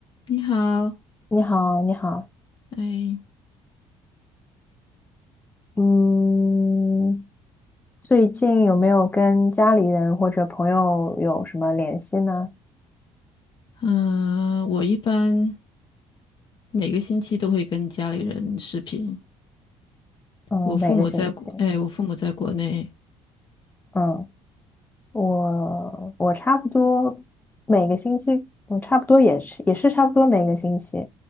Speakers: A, on the left; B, on the left.
A: 你好，
B: 你好，你好，
A: 哎，
B: 嗯，最近有没有跟家里人或者朋友有什么联系呢？
A: 嗯、我一般每个星期都会跟家里人视频。
B: 嗯，
A: 我父母在国，
B: 每个星期，
A: 哎，我父母在国内。
B: 嗯，我我差不多每个星期，我差不多也是也是差不多每个星期，